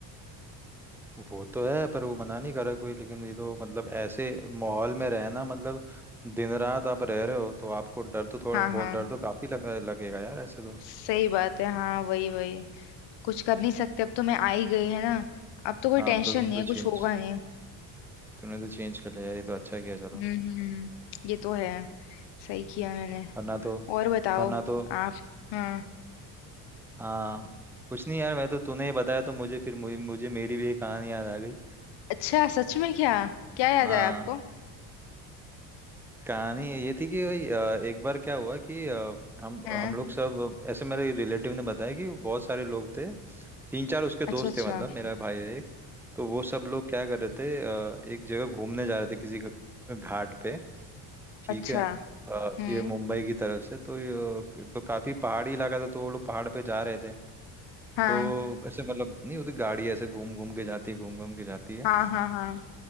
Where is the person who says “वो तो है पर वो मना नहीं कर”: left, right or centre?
Centre